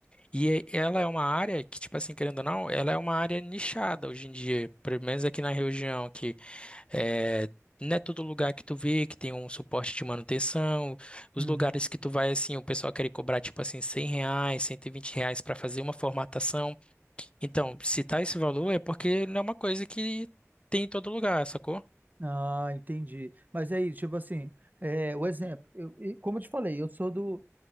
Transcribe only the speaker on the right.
uhum.
Ah, entendi. Mas aí, tipo assim, é, o exemplo, eu, e como eu te falei, eu sou do,